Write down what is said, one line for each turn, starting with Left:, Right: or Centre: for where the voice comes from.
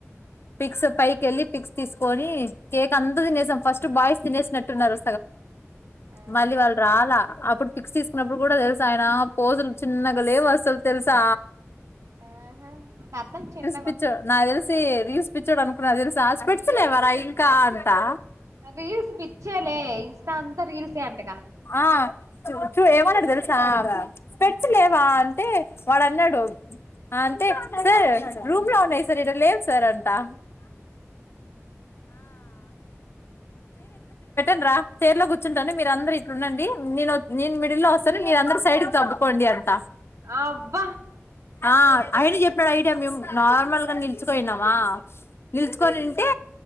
Left: పిక్స్ పైకి
Right: ఆ
Left: వెళ్ళి పిక్స్ తీసుకొని కేక్ అంత తినేసాం ఫస్ట్ బాయ్స్ తినేసినట్టున్నారు
Right: ఆ
Left: మళ్ళీ వాళ్ళు రాల ఇప్పుడు పిక్స్ తీసుకున్నప్పుడు కూడ తెలుసా ఆయన పోజులు చిన్నగా లేవు అసలు తెలుసా
Right: ఆహా కథల్ చిన్
Left: <unintelligible> నా తెలిసి రీస్ పిచ్చోడు అనుకున్నా తెలిస స్పెక్ట్స్ లేవరా ఇంకా అంటా
Right: రీల్స్ పిచ్చేలే ఇన్స్టా అంతా రీల్సే అంట గా
Left: ఆ చూ ఏమన్నాడు తెలుసా స్పెక్ట్స్ లేవా అంటే వాడు అన్నాడు అంతే రూమ్ లో ఉన్నాయి సార్ ఈడ లేవు సార్ అంటా <unintelligible> <unintelligible> మీరు అందరు ఇట్లు ఉండండి నేను నేను మిడిల్ లో వస్తాను మీరు అందరు సైడ్కి తబ్కోండి అంట
Right: అబ్బ
Left: ఆ అయిన చెప్పినాడు ఐడియా మేము నార్మల్ గా నిల్చోకొనినమా నిల్చుకొనుంటే